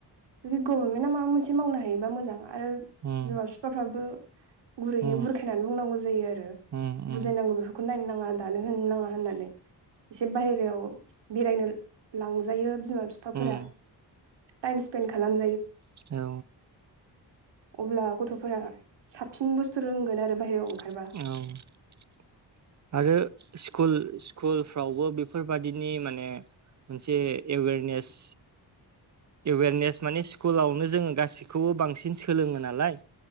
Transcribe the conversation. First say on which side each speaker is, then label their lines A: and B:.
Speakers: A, on the right; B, on the right.
A: जुदि गभर्नमेन्टआ माबा मोनसे मावनो हायोबा मोजां। आरो
B: उम
A: बिमा-बिफाफ्राबो गुरैयै
B: उम
A: बुरखायनानै बुंनांगौ जायो आरो,
B: उम
A: बुजायनांगौ बेफोरखौ नायनो ना नाङा दानो होननानै एसे बायहेरायाव बेनो लांजायो बिमा-बिफाफोरा
B: उम
A: टाइमसफेन खालाम
B: औ
A: अब्ला गथ'फोरा साबसिन बुस्थु रोंगोन आरो बाहेरायाव ओंखारबा
B: औ आरो स्कुल स्कुलफ्रावबो बे बेफोरबादिनि माने मोनसे एवेरनेस एवेरनेस माने स्कुलावनो जोङो गासि खौबो बांसिन सोलोङो नालाय